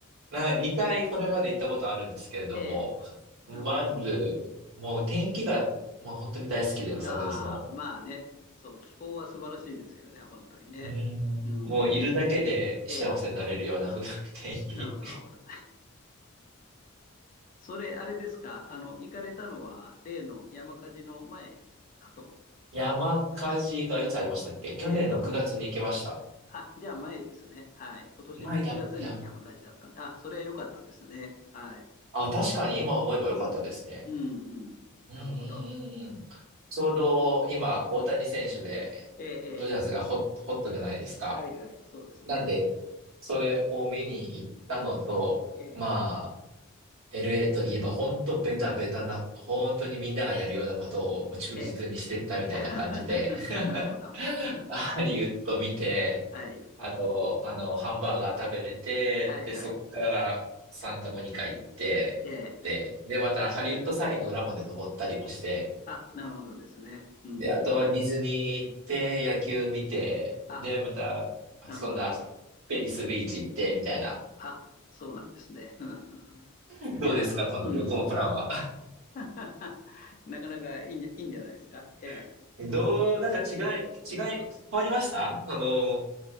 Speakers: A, on the right (about 70°); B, on the left (about 40°).
A: な、2回これまで行ったことあるんですけれども、
B: ええ。
A: まず、
B: なるほど。
A: もう天気がもう本当に大好きで、ロサンゼルスの。
B: ああ、まあね。そう、気候は素晴らしいですよね。本当にね。
A: うんもういるだけで幸せになれるようなふ
B: うん。ええ。
A: <laughs> 天気。
B: なるほど、なるほど。それ、あれですか。あの、行かれたのは、例の山火事の前だと。
A: 山火事がいつありましたっけ去年の9月に行きました。
B: えっと、あ、じゃあ前ですね。はい。今年の1月に山火事だったんで、
A: 前だ、前だ。
B: あ、それは良かったですね。はい。
A: あ、確かに今思えばよかったですね。
B: うんうん。
A: うんうん
B: なるほど。
A: うんうん。ちょうど今、大谷選手で、
B: ええ、
A: ドジャーズがホット、
B: ええ。
A: ホットじゃないですか。
B: はいはい。そうですね。
A: なんで、それを見に行ったのと、
B: ええ、
A: まあ、LA といえば本当ベタベタな、本当にみんながやるようなことを忠実にしてったみたいな感じで、
B: ええ。<laughs> なるほど。
A: <laughs>
B: うん。
A: ハリウッド見て、
B: はい。
A: あと、あの、ハンバーガー食べて、
B: はいはい。
A: で、そっからサンタモニカ行って、
B: ええ。
A: で、で、またハリウッドサインの裏まで登ったりもして、
B: あ、なるほどですね。うんうんうん。
A: で、あとはディズニー行って、野球見て、
B: あ、
A: で、また、
B: なるほど。
A: そんな、
B: なるほど
A: ベニスビーチ行って、みたいな。
B: あ、そうなんですね。うんうんうん。
A: <laughs>
B: じゃあ、
A: どうですか、この旅行プランは。
B: うん。<laughs> なかなかいいんじゃ、いいんじゃないですか。ええ。
A: <laughs> どう、
B: あの、
A: なんか違い、違い、変わりましたあの、